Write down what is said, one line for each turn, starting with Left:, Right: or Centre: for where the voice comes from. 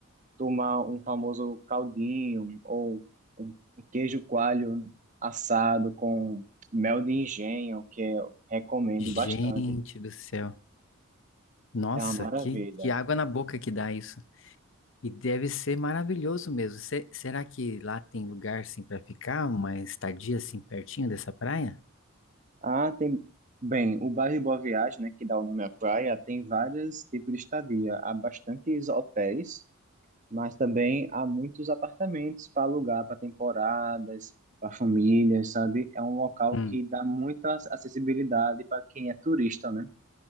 Right: tomar um famoso caldinho ou um um queijo coalho assado com mel de engenho, que eu recomendo
Left: Gente
Right: bastante.
Left: do céu. Nossa,
Right: É uma maravilha.
Left: que, que água na boca que dá isso. E deve ser maravilhoso mesmo. Se- será que lá tem lugar assim para ficar, uma estadia assim pertinho dessa praia?
Right: Ah, tem. Bem, o bairro de Boa Viagem, né, que dá o nome à praia, tem vários tipos de estadia. Há bastantes hotéis, mas também há muitos apartamentos para alugar para temporadas, para famílias, sabe? É um local
Left: Hum.
Right: que dá muita ac- acessibilidade para quem é turista, né?